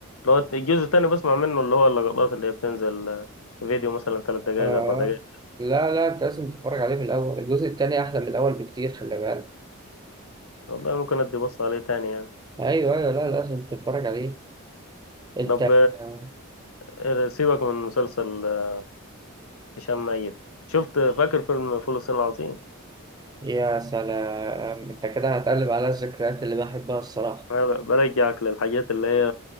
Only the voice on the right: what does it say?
اه
لا لا انت لازم تتفرج عليه من الاول الجزء التاني احلى من الاول بكتير خلي بالك
ايوه ايوه لا لازم تتفرج عليه انت
آه،
يا سلام انت كده هتقلب على الذكريات اللي بحبها الصراحه